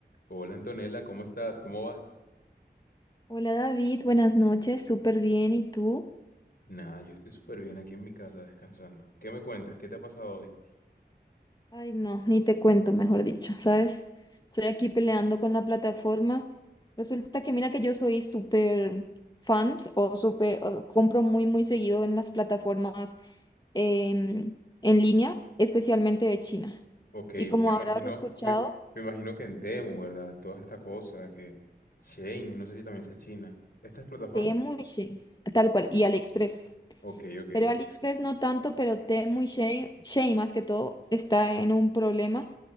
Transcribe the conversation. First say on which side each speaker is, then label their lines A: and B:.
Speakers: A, on the left (about 60°); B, on the left (about 25°).
A: Hola Antonella, ¿cómo estás? ¿Cómo vas?
B: Hola David, buenas noches, súper bien. ¿Y tú?
A: Nada, yo estoy súper bien aquí en mi casa descansando. ¿Qué me cuentas? ¿Qué te ha pasado hoy?
B: Ay, no, ni te cuento, mejor dicho, ¿sabes? Estoy aquí peleando con la plataforma. Resulta que mira que yo soy súper fan o súper, o compro muy, muy seguido en las plataformas em, en línea, especialmente de China.
A: Ok,
B: Y como
A: me imagino,
B: habrás escuchado,
A: me, me imagino que en Temu, ¿verdad? Toda esta cosa que... Shane, no sé si también sea China. ¿Estas plataformas?
B: Temu y Shein, tal cual, y AliExpress.
A: Ok, ok.
B: Pero AliExpress no tanto, pero Temu y Shein, Shein más que todo, está en un problema